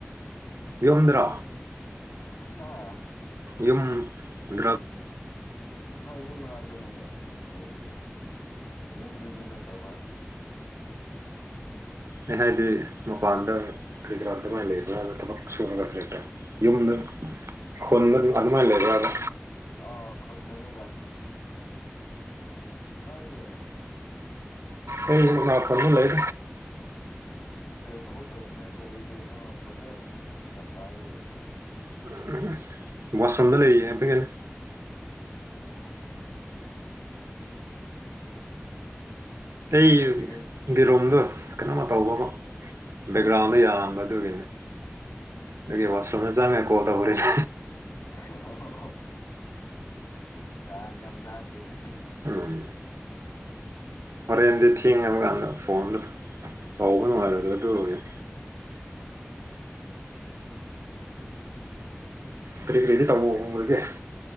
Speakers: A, on the right (about 80°); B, on the left (about 75°).
A: ꯌꯨꯝꯗ꯭ꯔꯣ꯫
B: ꯑꯣ ꯍꯥ
A: ꯌꯨꯝ ꯗ꯭ꯔꯕ꯫
B: ꯍꯣꯏ ꯌꯨꯝ ꯃꯅꯥꯛꯇꯅꯤꯗ ꯂꯩꯕꯨꯗꯤ ꯌꯨꯝꯗꯗꯤ ꯅꯠꯇꯕ꯫
A: ꯑꯩ ꯍꯥꯏꯗꯤ ꯃꯄꯥꯟꯗ ꯀ꯭ꯔꯤꯀꯔꯥ ꯗꯨꯃꯥꯏ ꯂꯩꯕ꯭ꯔꯥꯅ ꯊꯕꯛ ꯁꯨꯔꯒ ꯂꯩꯕ꯭ꯔ ꯌꯨꯝꯗ ꯈꯨꯟꯗꯗꯨ ꯑꯗꯨꯃꯥꯏꯅ ꯂꯩꯕ꯭ꯔꯕ
B: ꯑꯣ ꯈꯨꯟꯗꯅꯤꯗ꯫ ꯅꯣꯏꯗꯤ꯫
A: ꯑꯩꯁꯨ ꯉꯥꯛꯇꯗ ꯂꯩ
B: ꯑꯁ ꯀꯔꯤ ꯊꯕꯛ ꯇꯧꯋꯤꯅꯣ ꯀꯔꯤ ꯀꯔꯤꯅꯣ ꯀꯣꯟꯖꯦꯜ ꯃꯤ ꯌꯥꯝ ꯇꯥꯏꯌꯦ꯫
A: <inaudible> ꯋꯥꯁꯔꯨꯝꯗ ꯂꯩꯌꯦ <unintelligible>
B: ꯑꯣ꯫
A: ꯑꯩ
B: ꯑꯁ ꯀꯩꯀꯩ
A: ꯒꯤꯔꯨꯝꯗꯣ ꯀꯩꯅꯣꯝꯃ ꯇꯧꯕꯀꯣ꯫ ꯕꯦꯛꯒ꯭ꯔꯥꯎꯟꯗ ꯌꯥꯝꯕ ꯑꯗꯨꯒꯤꯅꯦ꯫ ꯑꯗꯨꯒꯤ ꯋꯥꯁꯔꯣꯝꯗ ꯆꯪꯉ ꯀꯣꯜ ꯇꯧꯕꯅꯦ꯫
B: ꯑꯣ ꯇꯥꯟ ꯌꯥꯝ ꯆꯥꯗ꯭ꯔꯦꯅꯦ꯫
A: ꯎꯝ ꯍꯣꯔꯦꯟꯗꯤ ꯊꯦꯡꯉꯕ ꯀꯥꯟꯗ ꯐꯣꯟꯗ ꯇꯧꯕ ꯅꯨꯡꯉꯥꯏꯔꯣꯏꯗꯕ ꯑꯗꯨꯒꯤꯅꯤ꯫
B: ꯎꯝ꯫
A: ꯀꯔꯤ ꯀꯔꯤꯗꯤ ꯇꯧꯕ ꯍꯣꯡꯈ꯭ꯔꯒꯦ